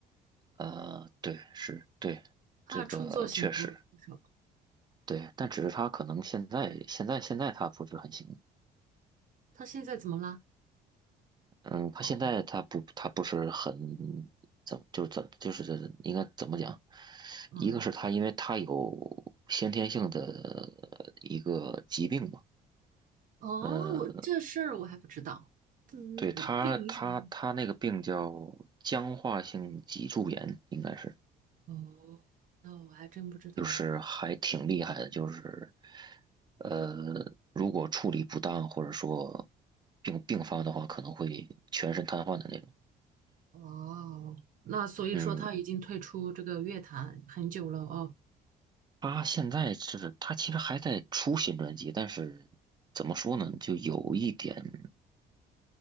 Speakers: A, on the right (about 25°); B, on the right (about 50°).
A: 呃，对，是，对，
B: 他的创作型歌手，
A: 这个确实，对，但只是他可能现在现在现在他不是很行。
B: 他现在怎么啦？
A: 嗯，他现在他不他不是很
B: 哦，
A: 怎么就是怎就是应该怎么讲？
B: 嗯，
A: 一个是他因为他有先天性的一个疾病嘛，
B: 哦，
A: 呃，
B: 这事儿我还不知道，嗯，
A: 对他他他那个病叫僵化性脊柱炎，
B: 你不影响吗
A: 应该是
B: 哦，那我还真不知道。
A: 就是还挺厉害的，就是呃，如果处理不当或者说病病发的话，可能会全身瘫痪的那种。
B: 哦，那所以说他已经退出这个乐坛很久了哦，
A: 嗯，他现在是，他其实还在出新专辑，但是怎么说呢，就有一点，